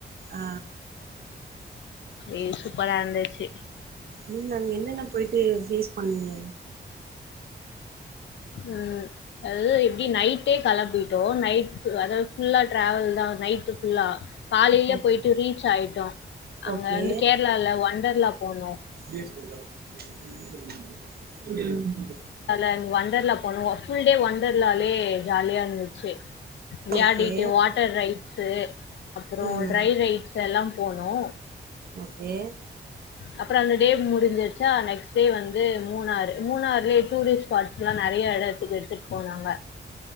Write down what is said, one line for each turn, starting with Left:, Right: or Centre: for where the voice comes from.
Right: ஆ
Left: ஏ சூப்பரா இருந்துச்சு
Right: நீங்க அங்க என்னென்ன போயிட்டு பேஸ் பண்ணீங்க
Left: அ அதாவது எப்படி நைட்டே கிளம்பிட்டோம் நைட் அதாவது ஃபுல்லா டிராவல் தா நைட்டு ஃபுல்லா காலையில
Right: ஓ
Left: போயிட்டு ரீச் ஆயிட்டோம் அங்க
Right: ஓகே
Left: வந்து கேரளால ஒண்டர்லா போனோ
Right: <unintelligible>
Left: ல வொண்டர்ல போனோ ஃபுல் டே வொண்டர்லாலே ஜாலியா இருந்துச்சு விளையாடிட்டு
Right: ஓகே
Left: வாட்டர் ரைட்ஸ்ஸு அப்புறம்
Right: ம்
Left: ட்ரை ரைட்ஸ்ஸு எல்லா போனோம்
Right: ஓகே
Left: அப்புறம் அந்த டே முடிஞ்சிருச்சா நெக்ஸ்ட் டே வந்து மூணாறு மூணாறுலயே டூரிஸ்ட் ஸ்பார்ட்ஸ் எல்லா நிறைய இடத்துக்கு எடுத்துட்டு போனாங்க